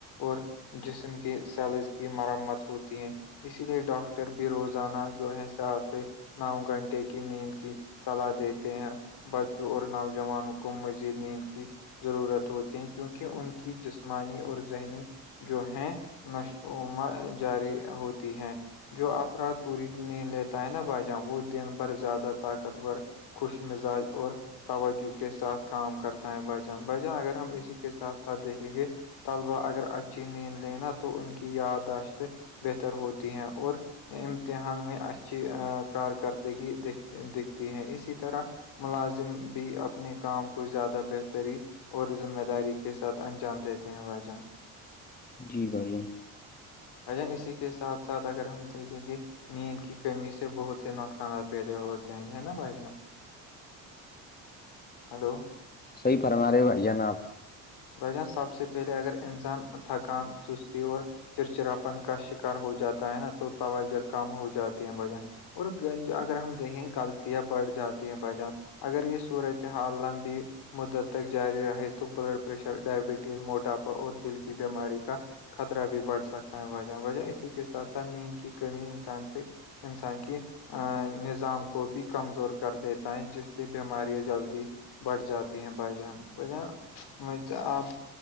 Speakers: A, on the left; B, on the left.
A: اور جسم کے سیلز کی مرمت ہوتی ہیں اسی لیے ڈاکٹر بھی روزانہ جو ہے ساتھ سے نو گھنٹے کی نیند کی صلاح دیتے ہیں بچوں اور نوجوانوں کو مزید نیند کی ضرورت ہوتی کیونکہ ان کی جسمانی اور ذہنی جو ہے نشما جاری ہوتی ہے جو افراد پوری نہیں لیتا ہے نا بھائی جان وہ دن بھر زیادہ طاقتور خوش مزاج اور توجہ کے ساتھ کام کرتا ہے بھای جان بھجن اگر ہم اسی کے ساتھ ساتھ دیکھیں گے طلبا اگر اچھی نیند لےینا تو ان کی یادداشت بہتر ہوتی ہیں اور امتحان میں اچھی کارکردگی د دکھتی ہے اسی طرح ملازم بھی اپنے کام کو زیادہ بہتری اور ذمہ داری کے ساتھ انجام دیتے ہیں بھائی جاں
B: جی بھائی جان
A: بھائی جان اسی کے ساتھ ساتھ اگر ہم دیکھیں گے نیند کی کمی سے بہت سے نقصانات پیدے ہوتے ہیں ہے نا بھائی جان ہلو
B: صحی فرما رہے ہو بھائی جان آپ
A: وان سب سے پہلے اگر انسان تھکان سستی اور چرچراپن کا شکار ہو جاتا ہے نا تو توجہ کم ہو جاتی ہے وجہ اور گج اگر ہم دیکھیں غلطیاں بڑھ جاتی ہیں بائی چانس اگر یہ صورتحال لمبی مدت تک جاری رہے تو بلڈ پشر ڈائبٹیز موٹاپا اور دل کی بیماری کا خطرہ بھی بڑھ سکتا ہے وجہ وجہ اسی کے ساتھ ساتھ نیند کی کمی انسان سے انسان کی ا نظام کو بھی کمزور کر دیتا ہے جس سے بیمارییا جلدی بٹھ جاتی ہیں بھائی جان بائی جان میںج آپ